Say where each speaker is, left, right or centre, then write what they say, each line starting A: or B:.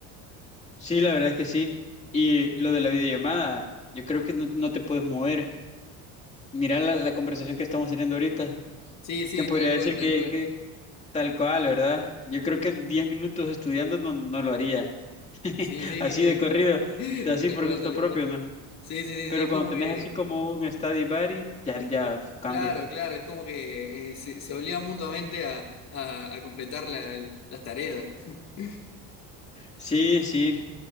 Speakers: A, on the left; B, on the left.
A: Sí, la verdad es que sí. Y lo de la videollamada, yo creo que no, no te puedes mover. Mira la, la conversación que estamos teniendo ahorita.
B: Sí, sí,
A: ¿Quién podría
B: tal
A: decir
B: cual, tal
A: que,
B: cual.
A: que tal cual, verdad? Yo creo que 10 minutos estudiando no, no lo haría. <laughs>
B: Sí, sí,
A: Así de corrido,
B: <laughs>
A: así
B: tal
A: por
B: cual,
A: gusto
B: tal
A: propio,
B: cual.
A: ¿no?
B: Sí, sí, sí,
A: Pero
B: sí, es
A: cuando
B: como
A: tenés
B: que...
A: así como un study buddy, ya, ya cambia.
B: Claro, claro, es como que eh, se, se obliga mutuamente a, a- a completar la- las tareas. <laughs>
A: Sí, sí.